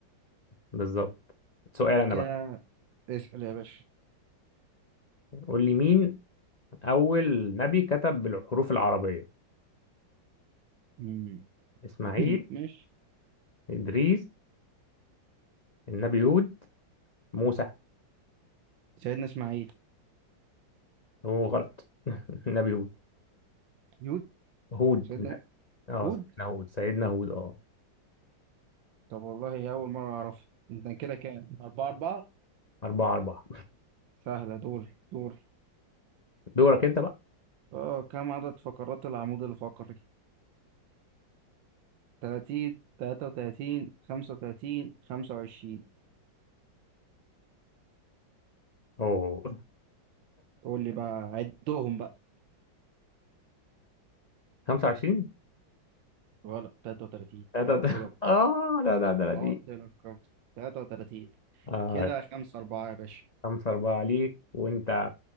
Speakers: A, on the left; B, on the right.
A: بالظبط سؤال انا
B: كده
A: بقى
B: اسأل يا باشا
A: قول لي مين اول نبي كتب بالحروف العربية
B: مم.
A: اسماعيل
B: <clears throat> <laughs> ماشي
A: ادريس النبي هود موسى
B: سيدنا إسماعيل
A: هو غلط <laughs> النبي هود
B: يود
A: هود
B: سيدنا
A: اه
B: هود
A: سيدنا هود سيدنا هود اه
B: طب والله أول مرة أعرفها انت كده كام أربعة أربعة
A: أربعة أربعة
B: سهلة دوري دوري
A: دورك أنت بقى
B: اه كم عدد فقرات العمود الفقري؟ 30 33 35 25
A: أوه
B: قول لي بقى عدهم بقى
A: 25
B: غلط 33
A: لا
B: عط
A: ده ده
B: لك
A: <laughs> آه لا لا ده دي
B: عط لك كم 33
A: آه
B: كده 5 4 يا باشا
A: خمسة أربعة عليك وأنت